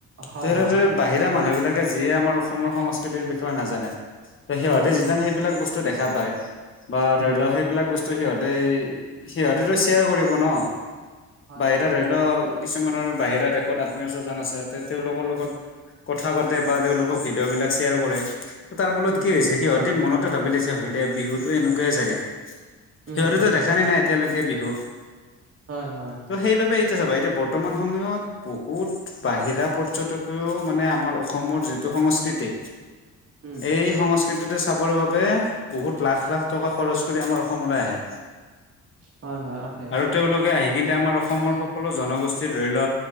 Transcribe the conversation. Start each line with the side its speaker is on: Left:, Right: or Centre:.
Right: হয়
Left: তেনেদৰে
Right: হয়।
Left: বাহিৰা মানুহ বিলাকে যিয়ে আমাৰ অসমৰ সংস্কৃতিৰ বিষয়ে নাজানে ত সিহঁতে
Right: উম উম
Left: যেতিয়া সেই সেই বিলাক বস্তু দেখা পায় বা
Right: উম।
Left: ধৰি লোৱা সেইবিলাক বস্তু সিহতে সিহ তেটো শ্বেয়াৰ কৰিব ন
Right: হয়
Left: বাহিৰত
Right: হয়।
Left: ধৰি লওক কিছুমানৰ বাহিৰা দেশত আত্মীয় স্বজন আছে তেওঁলোকৰ লগত কথা পাতে বা তেওঁলোকক ভিডিঅ' বিলাক শ্বেয়াৰ কৰে তাৰ ফলত
Right: উম
Left: কি হৈছে
Right: উম
Left: সিহঁতে
Right: হয়
Left: মনতে ভাবি লাগিছে হয় দে বিহুতো এনেকোৱাই চাগে সিহঁতেতো
Right: উম উম
Left: দেখা নে নাই এতিয়ালৈকে বিহু
Right: হয় হয়
Left: ত' সেইবাবে এতিয়া চাবা এতিয়া বৰ্তমান সময়ত বহুত বাহিৰা পৰ্যটকেও মানে আমাৰ অসমৰ যিটো সংস্কৃতি
Right: উম
Left: এই সংস্কৃতিটো চাবৰ বাবে বহুত লাখ লাখ টকা খৰচ কৰি আমাৰ অসমলৈ আহে
Right: হয় হয় আহে
Left: আৰু তেওঁলোকে আহি কিন্ত আমাৰ অসমৰ সকলো জনগোষ্ঠীৰ ধৰি ল